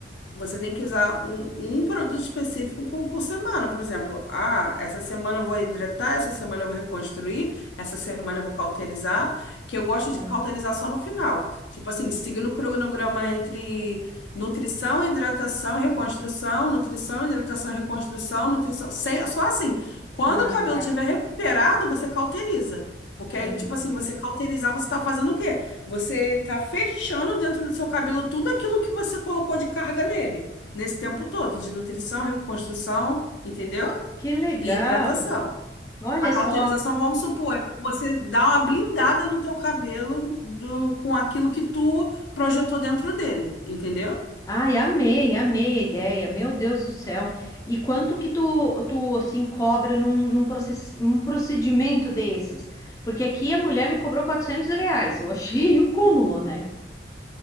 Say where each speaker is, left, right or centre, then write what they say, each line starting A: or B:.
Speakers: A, on the left; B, on the left.
A: Você tem que usar um, um produto específico por, por semana, por exemplo. Ah, essa semana eu vou hidratar, essa semana eu vou reconstruir, essa semana eu vou cauterizar, que eu gosto
B: uhum.
A: de cauterizar só no final. Tipo assim, seguindo o cronograma entre nutrição, hidratação, reconstrução, nutrição, hidratação, reconstrução, nutrição. Sem, só assim, quando
B: Ah,
A: o cabelo
B: tá.
A: estiver recuperado, você cauteriza. Porque
B: Ah,
A: aí, tipo assim, você cauterizar, você tá fazendo o quê? Você está fechando dentro do seu cabelo tudo aquilo que você colocou de carga nele, nesse tempo todo, de nutrição, reconstrução, entendeu?
B: que legal.
A: E hidratação.
B: Olha
A: A cauterização,
B: só.
A: vamos supor, é para você dar uma blindada no teu cabelo do, com aquilo que tu projetou dentro dele, entendeu?
B: Ai, amei, amei a ideia. Meu Deus do céu. E quanto que tu, tu assim, cobra num, num, process, num procedimento desses? Porque aqui a mulher me cobrou 400 reais. Eu achei <laughs> o cúmulo, né?